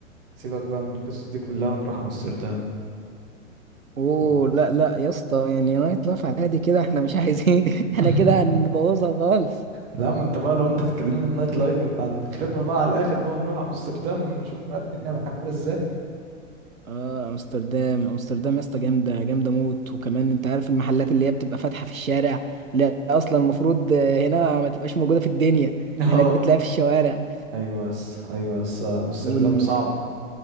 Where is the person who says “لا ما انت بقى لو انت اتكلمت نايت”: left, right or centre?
Right